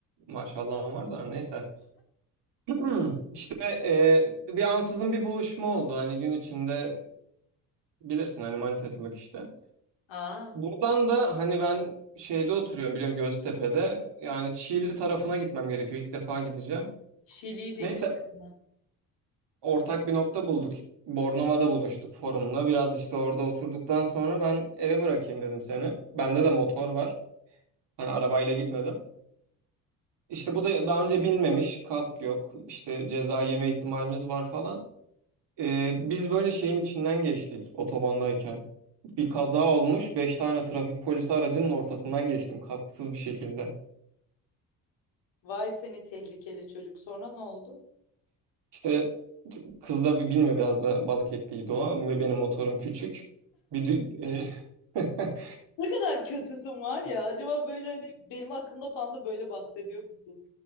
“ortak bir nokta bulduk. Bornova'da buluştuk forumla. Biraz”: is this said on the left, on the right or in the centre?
Right